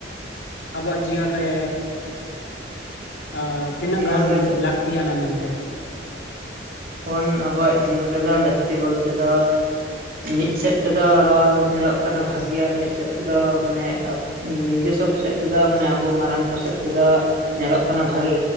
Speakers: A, on the left (about 70°); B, on the right (about 50°).
A: ᱟᱵᱚᱣᱟᱜ ᱡᱤᱭᱚᱱ ᱨᱮ ᱟᱨ ᱛᱤᱱᱟᱹᱜ
B: ᱡᱤᱭᱚᱱ
A: ᱜᱟᱱ
B: ᱨᱮ
A: ᱞᱟᱹᱠᱛᱤᱭᱟᱱᱟ ᱢᱮᱱᱛᱮ
B: ᱯᱷᱳᱱ ᱟᱵᱚᱣᱟᱜ ᱡᱤᱭᱚᱱ ᱨᱮᱫᱚ ᱞᱟᱹᱠᱛᱤ ᱵᱚᱞᱛᱮ ᱫᱚ ᱢᱤᱫ ᱥᱮᱫ ᱛᱮᱫᱚ ᱧᱮᱞᱚᱜ ᱠᱟᱱᱟ ᱵᱷᱟᱜᱮ ᱟᱨ ᱢᱤᱫ ᱥᱮᱫ ᱛᱮᱫᱚ ᱢᱟᱱᱮ ᱟᱠ ᱱᱤᱡᱮᱥᱚᱵ ᱥᱮᱫ ᱛᱮᱫᱚ ᱢᱟᱱᱮ ᱟᱵᱚ ᱢᱟᱨᱟᱝ ᱠᱚ ᱥᱮᱫ ᱛᱮᱫᱚ ᱧᱮᱞᱚᱜ ᱠᱟᱱᱟ ᱵᱷᱟᱜᱮ